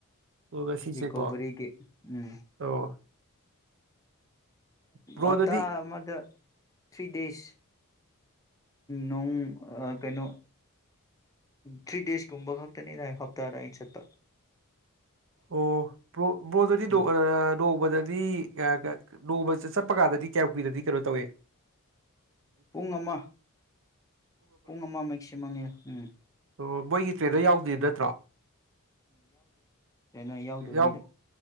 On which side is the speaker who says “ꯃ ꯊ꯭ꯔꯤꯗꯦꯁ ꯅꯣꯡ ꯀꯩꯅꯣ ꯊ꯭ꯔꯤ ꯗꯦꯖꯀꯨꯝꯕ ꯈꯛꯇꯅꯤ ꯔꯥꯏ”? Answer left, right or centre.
Left